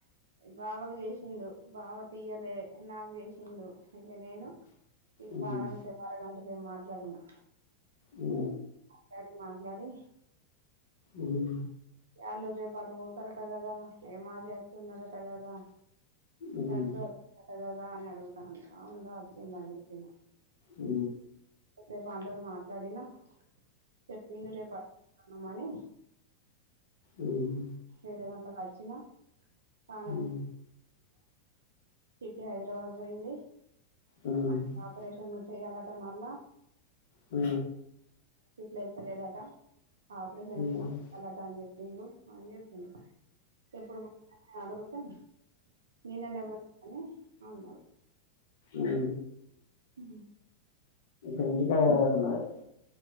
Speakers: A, on the right (about 65°); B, on the left (about 55°).
A: బావకు చేసిండు బావ తీయలే నాకు చేసిండు ఇక నేను ఇ
B: ఉమ్
A: బాగానే సేపూ మరగంట సేపు మాట్లాడినా
B: ఆ
A: మాట్లాడి మాట్లాడి
B: ఉమ్
A: వాళ్ళు రేపాటు పోతారట కదా ఏ మాది వస్తు ఉన్నడట కదా
B: ఉమ్
A: లడ్డు వచ్చిందట కదా అని అడుగుతా ఉంటా అవును రా వచ్చిందని చెప్పిన
B: ఓ
A: రేపు అనీతోనీ మాట్లాడినా చెప్పిండు రేపు అత్తన్నమని
B: ఉమ్ ఉమ్ ఉమ్
A: ఏడు గంటలకులకు వచ్చినా పాన
B: ఉమ్ ఉమ్
A: చిట్టి హైదరాబాద్ పోయింది
B: ఉమ్
A: వానికి ఆపరేషన్ చేయాలట మల్ల
B: ఆ
A: వెళ్త లేదట ఆపరేషన్
B: ఉమ్
A: చేసి చెప్పిండు అని చెప్పిం ఎప్పుడు పుట్టిండు అని అడుగుతే నిన్ననే పుట్టిండు అన్నారు
B: ఆ
A: ఉ
B: ఇంటి కడ ఎవలెవలు ఉన్నారు